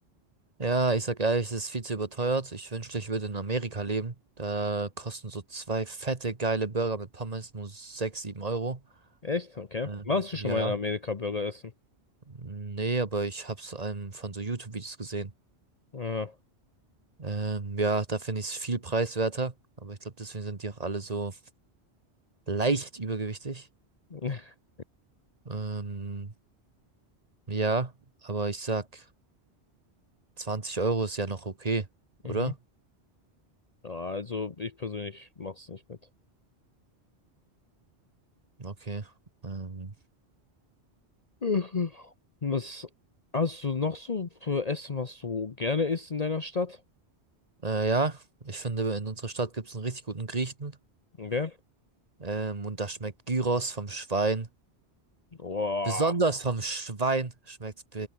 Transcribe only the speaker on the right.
Ja, ich sag ehrlich, es ist viel zu überteuert. Ich wünschte, ich würde in Amerika leben. Da kosten so zwei fette, geile Burger mit Pommes nur 6, 7 Euro.
Ähm,
ja.
Nee, aber ich hab's ähm, von so YouTube-Videos gesehen.
Ähm, ja, da finde ich es viel preiswerter. Aber ich glaube, deswegen sind die auch alle so leicht übergewichtig.
Ähm, ja, aber ich sag, 20 Euro ist ja noch okay, oder?
Okay. Ähm,
Äh, ja, ich finde, in unserer Stadt gibt es einen richtig guten Griechen.
Ähm, und da schmeckt Gyros vom Schwein.
Besonders vom Schwein schmeckt's